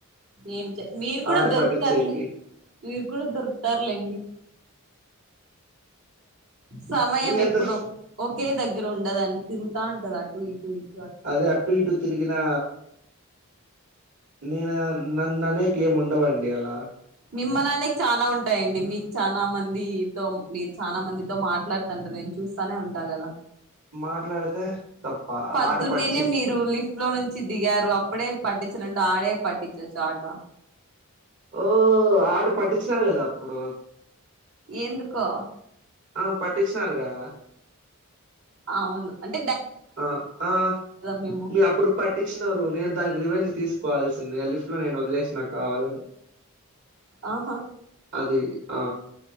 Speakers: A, on the right; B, on the right.
A: ఏం చె మీరు కూడా
B: ఆట
A: దొరుకుతారులే
B: పట్టిచ్చేకి.
A: మీరు కూడా దొరుకుతారులేండి సమయం
B: ఎంత
A: ఎప్పుడు
B: స్
A: ఒకే దగ్గర ఉండదని తిరుగుతా ఉంటది అటు ఇటు ఇటు
B: అదే అటు ఇటు తిరిగినా నేను నన్ను అనేకి ఏమి ఉండవండి అలా
A: మిమ్మలానేకి చానా ఉన్ ఉంటాయండి మీకు చానా మంది తో మీరు చానా మందితో మాట్లాడుతంటారు నేను చూస్తానే ఉంటా కదా.
B: మాట్లాడితే తప్ప.
A: పద్దున్నేనే
B: ఆట పట్టిచి
A: మీరు లిఫ్ట్లో నున్ చ్చి దిగారు అప్పుడే పట్టించలంటే ఆడే పట్టించచ్చు ఆట.
B: ఓ ఆడ పట్టించినారు కదా అప్పుడు
A: ఎందుకో
B: ఆ పట్టించినరుగా
A: అవును అన్
B: ఆ ఆ
A: మేము
B: మీరు అప్పుడు పట్టించినారు నేను దానికి రివెంజ్ తీసుకోవాల్సిందే ఆ లిఫ్ట్లో నేను వదిలేసిన కావాలని.
A: ఆహా
B: అది ఆ